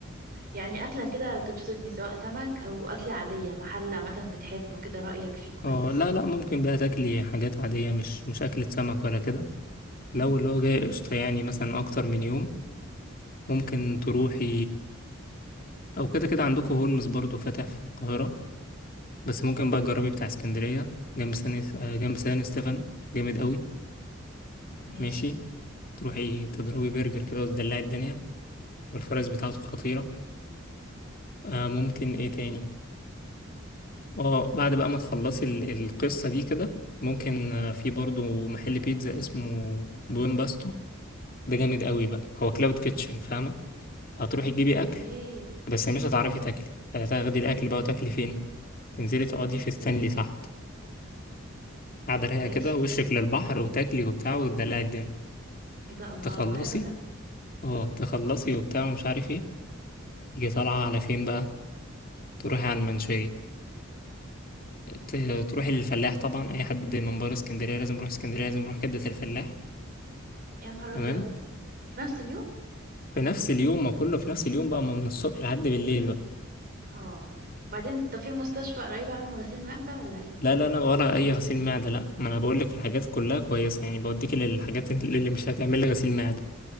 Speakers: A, on the right; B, on the left.
A: يعني اكلة كده تبسطني سواء سمك او اكلة عادية محل عامة بتحبه كده رأيك فيه كويس
B: اه لا لا ممكن بقى تاكلي حاجات عادية مش مش اكلة سمك ولا كده لو
A: امم
B: اللي هو جاي قشطة يعني مثلا اكتر من يوم ممكن تروحي او كده كده عندكم هولمز برضو فاتح في القاهرة بس ممكن بقى تجربي بتاع اسكندرية جنب سان آه، جنب سان ستيفانو جامد قوي
A: ماشي
B: ماشي تروحي تضربي برجر كده وتدلعي الدنيا والفرز بتاعته خطيرة آه ممكن ايه تاني اه بعد بقى ما تخلصي ال- القصة دي كده ممكن آه في برضو محل بيتزا اسمه بوين باستو ده جامد قوي بقى هو كلاود كيتشن فاهمة هتروحي تجيبي
A: اوكي
B: أكل بس مش هتعرفي تاكلي هتاخدي الأكل بقى وتاكلي فين تنزلي تقعدي في ستانلي تحت قاعدة رايقة
A: ماشي
B: كده ووشك للبحر وتاكلي وبتاع وتدلعي الدنيا
A: ايه ده الله
B: تخلصي
A: حلو ده
B: اه تخلصي وبتاع ومش عارف ايه تيجي طالعة على فين بقى تروحي على المنشية ت- تروح الفلاح طبعا اي حد من بره اسكندريه لازم يروح اسكندريه لازم يروح كبده الفلاح
A: يا نهار
B: تمام
A: ابيض في نفس اليوم
B: في نفس اليوم ما كله في نفس اليوم بقى ما من الصبح لحد بالليل بقى
A: اه وبعدين طب في مستشفى قريب اعمل غسيل معدة ولا ايه
B: لا لا لا ولا اي غسيل معده لا ما انا بقول لك الحاجات كلها كويسه يعني بوديك للحاجات اللي اللي مش هتعمل لي غسيل معده